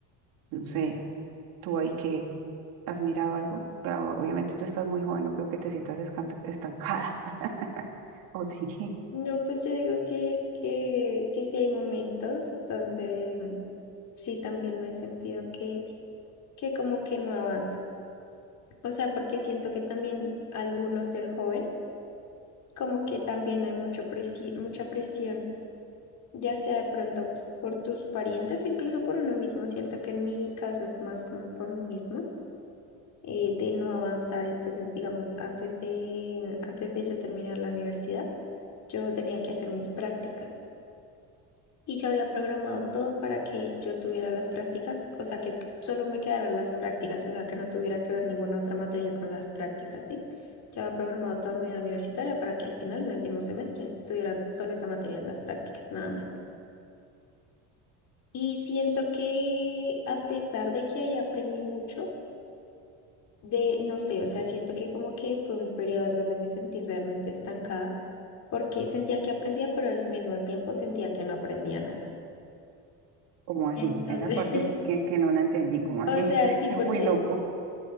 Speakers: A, on the right; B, on the left.
A: no sé, tú ahí que ¿Has mirado algo? Claro, obviamente tú estás muy joven, no creo que te sientas escan- estancada. <laughs> ¿O sí?
B: No, pues yo digo que, que, que sí hay momentos donde mm, sí también me he sentido que, que como que no avanzo. O sea, porque siento que también al uno ser joven, como que también no hay mucho presi- mucha presión, ya sea de pronto por tus parientes o incluso por uno mismo. Siento que en mi caso es más como por mí mismo, eh, de no avanzar. Entonces, digamos, antes de, antes de yo terminar la universidad, yo tenía que hacer mis prácticas. y yo había programado todo para que yo tuviera las prácticas, o sea, que solo me quedaran las prácticas, o sea, que no tuviera que ver ninguna otra materia con las prácticas, ¿sí? Yo había programado toda mi vida universitaria para que al final, mi último semestre, estuviera solo esa materia, las prácticas, nada más. Y siento que a pesar de que ahí aprendí mucho, de, no sé, o sea, siento que como que fue un periodo en donde me sentí realmente estancada, porque sentía que aprendía, pero al mismo tiempo sentía que no aprendía nada.
A: ¿Cómo así?
B: Entonces,
A: Esa parte
B: <laughs>
A: sí que, que no la entendí. ¿Cómo así?
B: o sea,
A: <laughs> Está
B: sí, porque
A: muy loco.